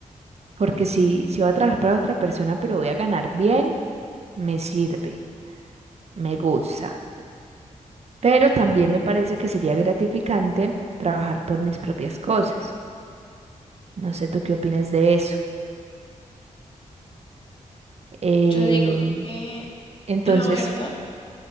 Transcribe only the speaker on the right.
porque si, si voy a trabajar para otra persona, pero voy a ganar bien, me sirve, me gusta. Pero también me parece que sería gratificante trabajar por mis propias cosas. No sé tú qué opinas de eso. Eh,
entonces,